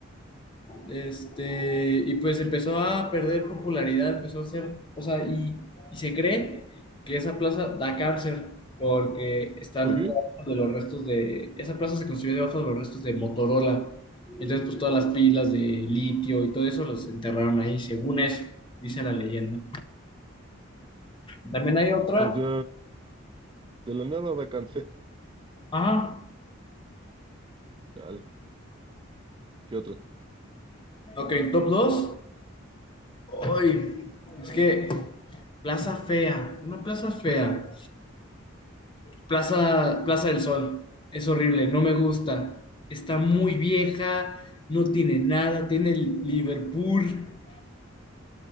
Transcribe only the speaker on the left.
este, y pues empezó a perder popularidad, empezó a ser, o sea, y, y se cree que esa plaza da cáncer porque están
debajo de los restos de, esa plaza se construyó debajo de los restos de Motorola, entonces pues todas las pilas de litio y todo eso los enterraron ahí, según eso, dice la leyenda. También hay otra,
ajá,
ok, top 2, hoy es que Plaza fea, una plaza fea. Plaza, Plaza del Sol. Es horrible, no me gusta. Está muy vieja, no tiene nada, tiene el Liverpool.